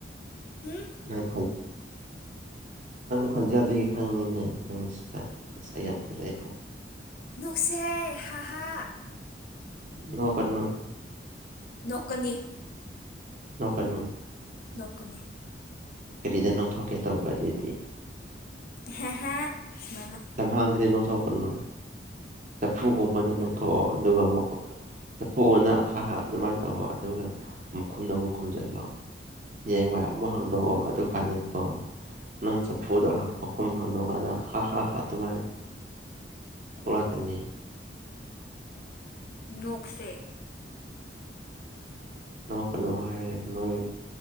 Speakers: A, on the left; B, on the right.
A: ꯍꯨꯝ
B: <unintelligible> ꯅꯪ ꯈꯣꯟꯖꯦꯜꯗꯒꯤ ꯈꯉꯅꯦ ꯅꯪ ꯐꯖ ꯍꯥꯏ
A: ꯅꯣꯛꯁꯦ ꯍꯥꯍꯥ
B: ꯅꯣꯛꯀꯅꯨ
A: ꯅꯣꯛꯀꯅꯤ
B: ꯅꯣꯛꯀꯥꯅꯨ
A: ꯅꯣꯛꯀꯅꯤ
B: ꯀꯔꯤꯗꯥ ꯅꯣꯛꯊꯣꯛꯀꯦ ꯇꯧꯕ ꯑꯗꯨꯗꯤ
A: ꯍꯦꯍꯦ ꯁꯨꯃꯥꯏꯅ
B: ꯌꯥꯝ ꯐꯪꯗꯗꯤ ꯅꯣꯡꯊꯣꯛꯀꯅꯨ ꯍꯐꯨꯒꯨꯝꯕꯅ ꯂꯧꯊꯣꯛꯑꯣ ꯑꯗꯨꯒ ꯑꯃꯨꯛ ꯂ ꯄꯣꯛꯑꯅ ꯍꯥ ꯍꯥ ꯑꯗꯨꯃꯥꯏꯅ ꯇꯧꯔ ꯑꯗꯨꯒ ꯃꯈꯨꯟꯗ ꯑꯃꯨꯛ ꯈꯨꯝꯖꯤꯜꯂꯣ ꯍꯌꯦꯡ ꯋꯥꯏ ꯑꯃꯨꯛ ꯍꯥꯡꯗꯣꯛꯑꯣ ꯑꯗꯨꯀꯥꯟꯗꯗꯤꯀꯣ ꯅꯪ ꯆꯐꯨꯗꯣ ꯃꯈꯨꯝ ꯍꯥꯡꯗꯣꯛꯑꯀꯥꯟꯗ ꯍꯥ ꯑꯗꯨꯃꯥꯏꯅ ꯊꯣꯛꯂꯛꯀꯅꯤ
A: ꯅꯣꯛ ꯁꯦ
B: ꯅꯣꯛꯀꯅꯨ ꯍꯥꯏꯔꯒꯥ ꯅꯣꯏ